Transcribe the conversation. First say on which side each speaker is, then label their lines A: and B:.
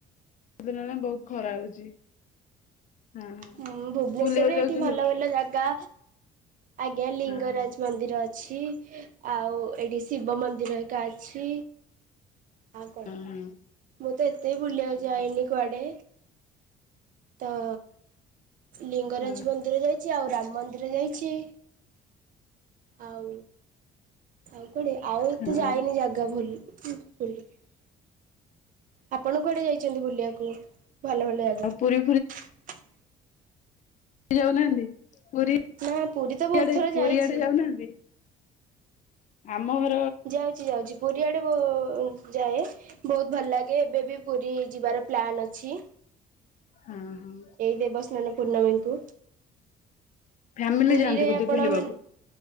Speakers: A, on the left; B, on the right.
A: ଦିନ ହେଲା ବହୁତ ଖରା ହଉଛି। ହଁ ହଁ
B: ହୁଁ ଭୁବନେଶ୍ୱରରେ
A: ବୁଲିବାକୁ
B: ଏଇଠି
A: ଯାଉଛନ୍ତି
B: ଭଲ
A: ସବୁ
B: ଭଲ ଜାଗା ଆଜ୍ଞା ଲିଙ୍ଗରାଜ
A: ହଁ ହଁ
B: ମନ୍ଦିର ଅଛି। ଆଉ ଏଇଠି ଶିବ ମନ୍ଦିର ଏକା ଅଛି। ଆଉ କଣ
A: ହଁ
B: ମୁଁ ତ ଏତେ ବି ବୁଲିବାକୁ ଯାଇନି କୁଆଡେ ତ ଲିଙ୍ଗରାଜ
A: ହଁ
B: ମନ୍ଦିର ଯାଇଛି ଆଉ ରାମ ମନ୍ଦିର ଯାଇଛି ଆଉ ଆଉ କୁଆଡେ ଆଉ
A: ହଁ
B: ଏତେ
A: ହଁ।
B: ଯାଇନି ଜାଗା ଭୁଲ <inaudible> ଆପଣ କୁଆଡେ ଯାଇଚନ୍ତି ବୁଲିବାକୁ ଭଲ ଭଲ ଜାଗା?
A: ଆଉ ପୁରୀ ପୁରୀ ଯାଉନାହାନ୍ତି ପୁରୀ
B: ନା ପୁରୀ ତ ବହୁତ
A: ଆଡେ
B: ଥର
A: ପୁରୀ
B: ଯାଇଛି।
A: ଆଡେ ଯାଉନାହାନ୍ତି? ଆମ ଘ
B: ଯାଉଚି ଯାଉଚି ପୁରୀ ଆଡକୁ ଯାଏ ବହୁତ ଭଲ ଲାଗେ ଏବେ ବି ପୁରୀ ଯିବାର ପ୍ଲାନ୍ ଅଛି।
A: ହଁ ହଁ
B: ଏଇ ଦେବସ୍ନାନ ପୂର୍ଣ୍ଣମୀ ଙ୍କୁ
A: ଫ୍ୟାମିଲି
B: ପୁରୀରେ
A: ଯାଆନ୍ତି ବୋଧେ
B: ଆପଣ
A: ବୁଲିବାକୁ
B: ମାନେ